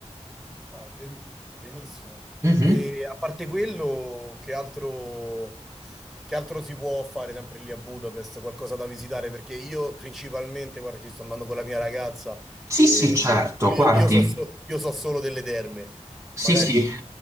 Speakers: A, in the centre; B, on the right (about 25°).
A: Ah, bel- benissimo.
B: Mhm.
A: E a parte quello, che altro, che altro si può fare sempre lì a Budapest? Qualcosa da visitare? Perché io principalmente, guarda, ci sto andando con la mia ragazza
B: Sì,
A: e
B: sì, certo,
A: io,
B: Ah, guardi,
A: io so, so- io so solo delle terme.
B: sì,
A: Magari
B: sì,